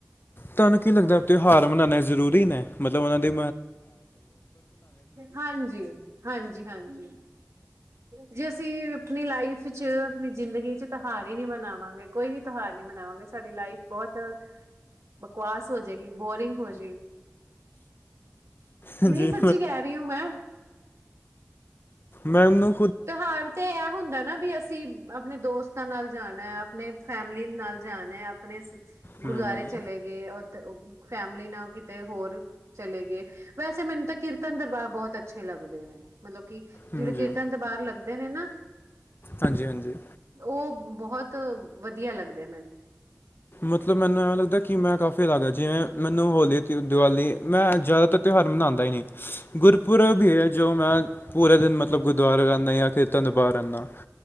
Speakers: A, on the left (about 45°); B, on the right (about 65°).
A: ਤੁਹਾਨੂੰ ਕੀ ਲੱਗਦਾ ਤਿਉਹਾਰ ਮਨਾਣੇ ਜਰੂਰੀ ਨੇ ਮਤਲਬ ਉਹਨਾਂ ਦੇ-
B: ਹਾਂਜੀ-ਹਾਂਜੀ-ਹਾਂਜੀ! ਜੀ ਅਸੀਂ ਆਪਣੀ ਲਾਈਫ ਚ ਆਪਣੀ ਜ਼ਿੰਦਗੀ ਚ- ਹਾਰ ਹੀ ਨਹੀਂ ਬਣਾਵਾਂਗੇ ਕੋਈ ਵੀ ਤਿਉਹਾਰ ਨਹੀਂ ਮਣਾਵਾਂਗੇ ਸਾਡੀ ਲਾਈਫ ਬਹੁਤ- ਬਕਵਾਸ ਹੋ ਜੇਗੀ ਬੋਰਿੰਗ ਹੋ ਜੇਗੀ।
A: ਹਾਂਜੀ
B: ਨਹੀਂ ਸੱਚੀ ਕਹਿ ਰਹੀ ਹੂ ਮੈਂ
A: ਮੈ ਉਹਨੂੰ-
B: ਤੁਹਾਰ ਤੇ ਆ ਹੁੰਦਾ ਨਾ ਵੀ ਅਸੀਂ ਆਪਣੇ ਦੋਸਤ ਤਾਂ ਨਾਲ ਜਾਣਾ ਅਪਣੇ ਫੈਮਲੀ ਨਾਲ ਜਾਣਾ ਅਪਣੇ-
A: ਹੂੰ
B: ਗੁਰਦੁਆਰੇ ਚਲੇ ਗਏ। ਫੈਮਿਲੀ ਨਾਲ ਕਿਤੇ ਹੋਰ ਚਲੇ ਗਏ ਵੈਸੇ ਮੈਨੂੰ ਤਾਂ ਕੀਰਤਨ ਦਰਬਾਰ ਬਹੁਤ ਅੱਛੇ ਲੱਗਦੇ ਨੇ- ਮਤਲਬ ਕਿ
A: ਹਾਂਜੀ
B: ਜਿਹੜੇ ਕੀਰਤਨ ਦਰਬਾਰ ਲੱਗਦੇ ਨੇ ਨਾ-
A: ਹਾਂਜੀ ਹਾਂਜੀ
B: ਉਹ ਬਹੁਤ ਵਧੀਆ ਲੱਗਦੇ-
A: ਮਤਲਬ ਮੈਨੂੰ ਐਵੇਂ ਲੱਗਦਾ ਕਿ ਮੈਂ ਕਾਫ਼ੀ ਅਲੱਗ ਜਿਵੇਂ ਮੈਨੂੰ ਹੋਲੀ ਦੀਵਾਲੀ ਮੈਂ ਜ਼ਿਆਦਾਤਰ ਤਿਉਹਾਰ ਮਨਾਉਂਦਾ ਹੀ ਨਹੀਂ ਗੁਰਪੁਰਬ ਵੀ ਹੈ ਜੋ ਮੈਂ ਪੂਰੇ ਦਿਨ ਮਤਲਬ ਗੁਰਦੁਆਰਾ ਰਹਿੰਦਾ ਹਾਂ ਖੇਤਾਂ ਦੇ ਬਾਹਰ ਰਹਿਣਾ